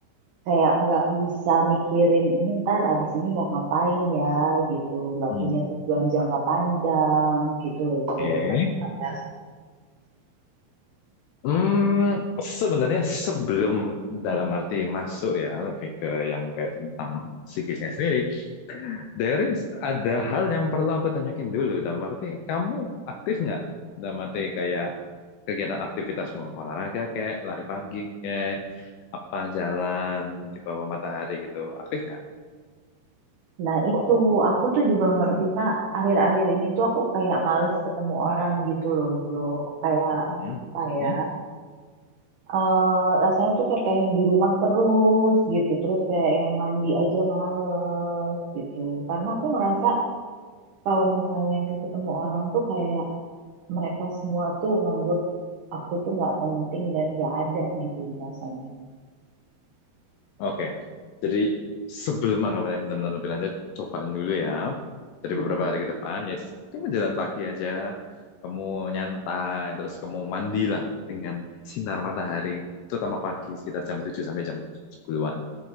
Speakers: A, on the right (about 80°); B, on the left (about 80°).
A: kayak nggak bisa mikirin ini ntar abis ini mau ngapain ya gitu, nggak
B: Hmm,
A: punya tujuan jangka panjang gitu loh Jo.
B: Oke.
A: Kenapa ya?
B: Hmm, sebenarnya sebelum dalam arti masuk ya, lebih ke yang kayak tentang psikisnya sendiri. There is ada hal yang perlu aku tanyakin dulu, dalam arti kamu aktif nggak? Dalam arti kayak kegiatan aktivitasmu, olahraga kayak lari pagi kayak apa jalan di bawah matahari gitu, aktif nggak?
A: Nah, itu aku tuh juga ngerti, Pak. Akhir-akhir ini tuh aku kayak males ketemu orang gitu loh, Jo. Kayak
B: Hmm.
A: apa ya?
B: Hmm.
A: eh rasanya tuh kayak pengen di rumah terus gitu. Terus kayak yang mandi aja males gitu. Karena aku ngerasa kalau misalnya aku ketemu orang tuh kayak mereka semua tuh nganggep aku tuh nggak penting dan nggak ada gitu loh rasanya.
B: Oke, Jadi sebelum anggapannya benar-benar lebih lanjut, cobaan dulu ya. Dari
A: Mm-mm.
B: beberapa hari ke depan, yes, kamu jalan pagi aja, kamu nyantai, terus kamu mandilah dengan sinar matahari, terutama pagi sekitar jam 7 sampai jam 10-an.